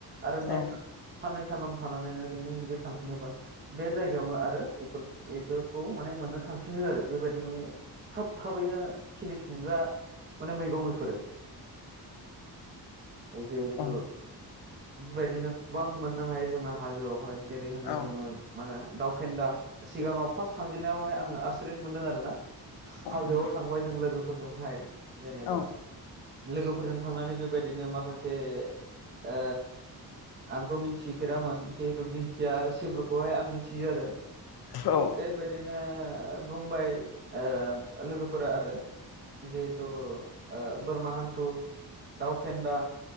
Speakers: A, on the right; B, on the left.
A: आरो नेक्स्ट
B: औ
A: साननै सानाम थानानैनो नों जुदि थांफिनोबा बे जायगायावनो आरो इफोर इफोरखौ माने मोननो थांफिनो आरो बेबायदि माने खोब थाबैनो खिलिफिनग्रा माने मैगं बिफोरो जिहेथु
B: औ
A: बेबायदिनो गोबां मोननो हायो जोंना हाजोआवहाय जेरै होनो
B: औ
A: जोङो मा होनो दाव फेन्दा सिगाङाव फार्स्ट थानजेननायावहाय आङो आसुरित मोनदों आरो ना हाजोआव
B: नंगौ
A: थांबाय जों लोगोफोरजोंहाय जेनेबा
B: औ
A: लोगोफोरजों थांनानै बेबायदिनो माखासे ओ आंथ' मिथिफेरामोन जिहेथु दिंखिया आरो सिब्रुखौहाय आं मिथियो आरो।
B: औ
A: बेबायदिनो बुंबाय ओ लोगोफोरा आरो जे अ ओ बोरमा हान्थु दाउ फेन्दा